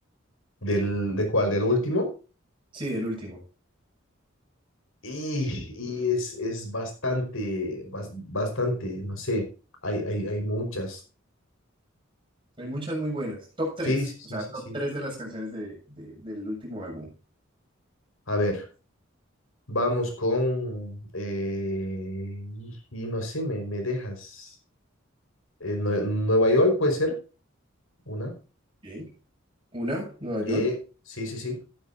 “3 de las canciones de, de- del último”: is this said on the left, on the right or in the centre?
Right